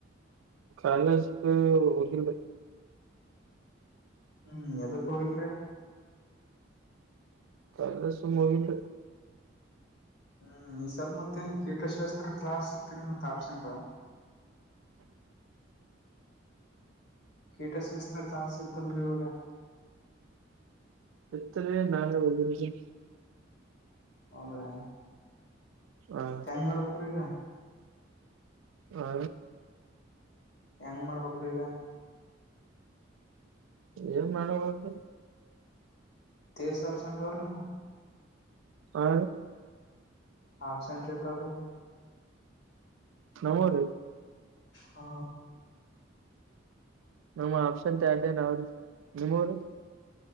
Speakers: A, on the right (about 80°); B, on the left (about 55°).
A: ಕಾಲೇಜ್ ಹೋಗಿಲ್ರಿ
B: ಹ್ಮ್ ಎದಕ್ ಹೋಗಿಲ್ರಿ
A: ಕಾಲೇಜ್ ಸುಮ್ ಹೋಗಿಲ್ರಿ
B: ಹ್ಮ್ ಈ ಸದ್ ಮತ್ತೇನ್ ಕೀಟಶಾಸ್ತ್ರ ಕ್ಲಾಸ್ ಇತ್ತರಿ ಮತ್ ಆಬ್ಸೆಂಟ್ ಕೀಟಶಾಸ್ತ್ರ ಕ್ಲಾಸ್ ಇತ್ತಲ್ರಿ ಇವಾಗ
A: ಇತ್ರಿ ನಾಳೆ ಹೋಗಿಲ್ರಿ
B: ಹೌದ್ರಿ
A: ಹ
B: ಮತ್ ಹೆಂಗ್ ಮಾಡ್ಬೇಕ್ರಿ ಈಗ
A: ಹಾ
B: ಹೆಂಗ್ ಮಾಡ್ಬೇಕ್ರಿ ಈಗ
A: ಏನ್ ಮಾಡಬೇಕ
B: ತೇಸ್ ಆಬ್ಸೆಂಟ್ ಅವ್ರಿ
A: ಹಾ
B: ಆಬ್ಸೆಂಟ್ ಏಟ್ ಅವ್ರಿ
A: ನಮ್ಮವ್ರಿ
B: ಹ
A: ನಮ್ಮ ಆಬ್ಸೆಂಟ್ ಎರಡೇ ನಾವ್ರಿ ನಿಮ್ಮವ್ರಿ